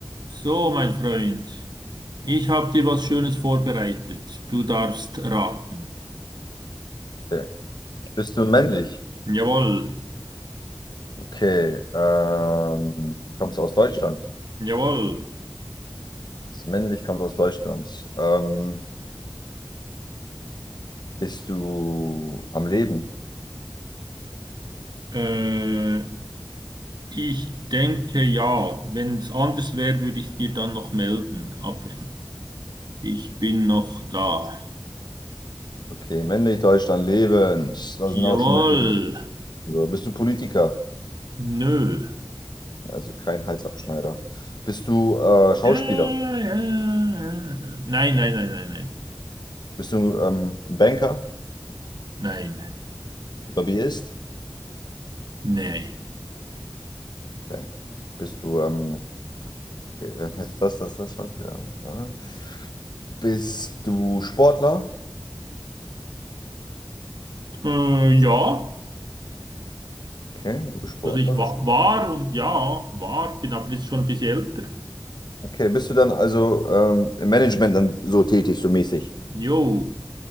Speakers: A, on the right; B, on the left.
A: So, mein Freund, ich habe dir was Schönes vorbereitet. Du darfst raten.
B: Okay. Bist du männlich?
A: Jawohl,
B: Okay. Ähm, kommst du aus Deutschland?
A: jawohl.
B: Bist männlich, kommst aus Deutschland. Ähm, bist du am Leben?
A: Äh, ich denke ja. Wenn es anders wäre, würde ich dir dann noch melden. Aber ich bin noch da.
B: Okay, männlich, Deutschland, lebend. Das sind
A: Jawohl.
B: auch schon mehr. So, bist du Politiker?
A: Nö.
B: Also kein Halsabschneider. Bist du äh, Schauspieler?
A: Ja, ja. ja. Nein, nein, nein, nein, nein.
B: Bist du ähm, Banker?
A: Nein,
B: Lobbyist?
A: nein.
B: Okay. Bist du, ähm, okay, wir haben jetzt das, das, das, Schauspieler. Aha. Bist du Sportler?
A: Äh, ja.
B: Okay, du bist Sportler.
A: Also ich wa
B: Du
A: war und ja, war, bin aber jetzt schon ein bisschen älter.
B: Okay, bist du dann also ähm, im Management dann so tätig, so mäßig?
A: Jo.